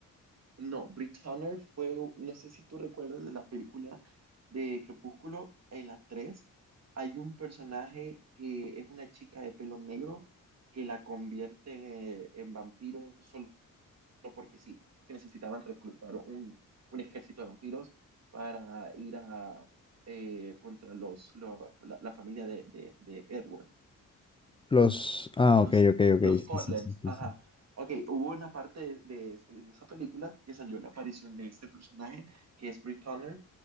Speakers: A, on the right; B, on the left.
A: No, Brit Turner fue, no sé si tú recuerdas de la película de Crepúsculo, en la 3 hay un personaje que es una chica de pelo negro que la convierte eh, en, vampiro solo que sí, porque necesitaban reclutar un, un ejército de vampiros para ir a, eh, contra los, lo- la, la familia de, de, de Edward.
B: Los... Ah,
A: Los,
B: ok, ok, ok.
A: los Collins,
B: Sí, sí, sí, sí,
A: ajá.
B: sí.
A: Ok, hubo una parte de, de- de esa película que salió la aparición de este personaje, que es Brit Turner,